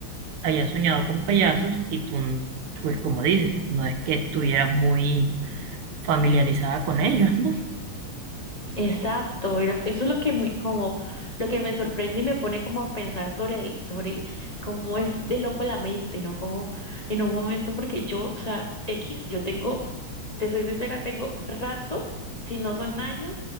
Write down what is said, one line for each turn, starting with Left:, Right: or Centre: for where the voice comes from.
Right: hayas soñado con payasos y tú, pues como dices, no es que estuvieras muy familiarizada con ellos, ¿no?
Left: Exacto, era- eso es lo que me, como, lo que me sorprende y me pone como a pensar sobre el, sobre cómo es de loco la mente, ¿no? Como en un momento, porque yo, o sea, X, yo tengo, te soy sincera, tengo rato, si no son años,